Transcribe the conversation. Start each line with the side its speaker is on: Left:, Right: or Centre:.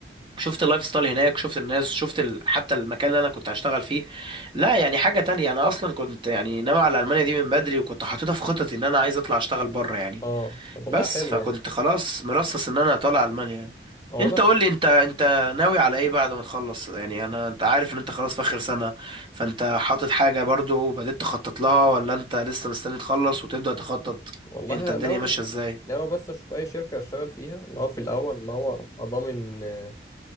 Right: شفت اللايف ستايل هناك شفت الناس شفت ال... حتى المكان اللي انا كنت هشتغل فيه لا يعني حاجه تانية انا اصلا كنت يعني ناوي على المانيا دي من بدري وكنت حاططها في خططي ان انا عايز اطلع اشتغل بره يعني
Left: اه طب والله
Right: بس
Left: حلو
Right: فكنت
Left: يعني
Right: خلاص مرصص ان انا طالع المانيا يعني
Left: هو
Right: انت
Left: أنا
Right: قول لي انت انت ناوي على ايه بعد ما تخلص يعني انا انت عارف ان انت خلاص في اخر سنة فانت حاطط حاجة برضو بدأت تخطط لها ولا انت لسه مستني تخلص وتبدأ تخطط
Left: والله
Right: انت
Left: انا
Right: الدنيا
Left: ناوي
Right: ماشية ازاي
Left: ناوي بس اشوف اي شركه اشتغل فيها اللي هو في الاول اللي هو ابقى ضامن آه،